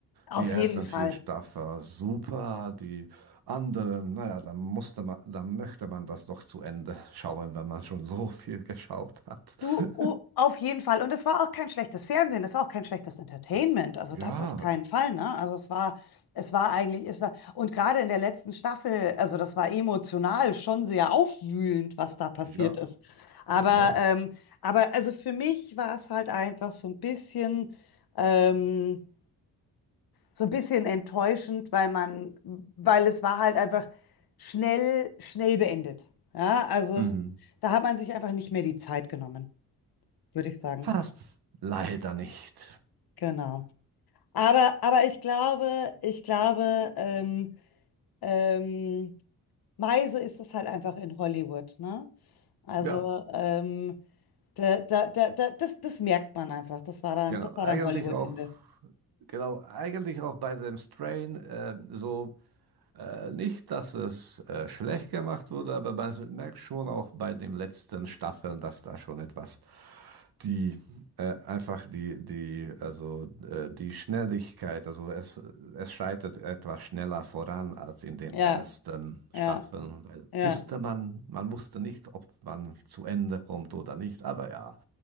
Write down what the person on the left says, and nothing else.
Auf
jeden Fall.
Du,
oh, auf jeden Fall. Und es war auch kein schlechtes Fernsehen, es war auch kein schlechtes Entertainment. Also
das auf keinen Fall, ne? Also es war, es war eigentlich, es war, und gerade in der letzten Staffel, also das war emotional schon sehr aufwühlend, was da passiert
ist. Aber,
ähm, aber also für mich war es halt einfach so ein bisschen, ähm, so ein bisschen enttäuschend, weil man, weil es war halt einfach schnell, schnell beendet. Ja, also
es, da hat man sich einfach nicht mehr die Zeit genommen, würde ich sagen.
Genau. Aber, aber ich glaube, ich glaube, ähm, ähm, Meise ist es halt einfach in Hollywood, ne? Also,
ähm, da, da, da, da, das, das merkt man einfach. Das war dann,
das war
dann Hollywood-Ende.
Ja,
ja,
ja,